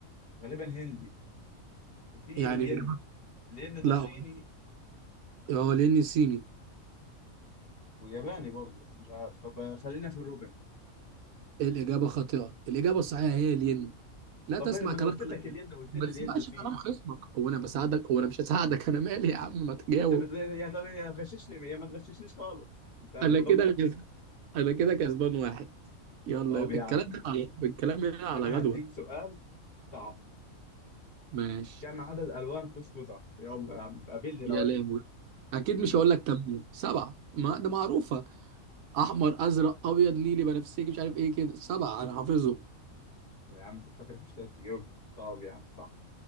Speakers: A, on the left; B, on the right.
A: غالبا هندي وفي
B: يعني
A: الين
B: الإجابة-
A: الين ده
B: لا
A: صيني
B: اه لاني صيني
A: وياباني برضه بس مش عارف طب آه، خلينا في الروبل
B: الإجابة خاطئة الإجابة الصحيحة هي الين لا
A: طب
B: تسمع
A: ما ما
B: كلام
A: أنا قلت
B: خصمك.
A: لك الين قلت
B: ما
A: لي
B: تسمعش
A: الين صيني
B: كلام خصمك هو أنا بساعدك هو أنا مش هساعدك أنا مالي يا عم ما تجاوب
A: أنت بتغير يا طب يا غششني يا ما تغششنيش خالص أنت بتغلطني
B: أنا كده كس- أنا كده كسبان واحد يلا
A: طب
B: الكلام
A: يا عم
B: هنا على الكلام هنا على
A: أنا
B: غدوة
A: هديك سؤال صعب
B: ماشي
A: كم عدد ألوان كوسكوزة يلا يا عم قابلني لو
B: يا
A: عرفت
B: لهوي أكيد
A: <laughs>
B: مش هقول لك تمام سبعة ما ده معروفة أحمر أزرق أبيض نيلي بنفسجي مش عارف إيه كده سبعة أنا حافظه
A: يا عم كنت فاكرك مش هتعرف تجاوب طب يا عم صح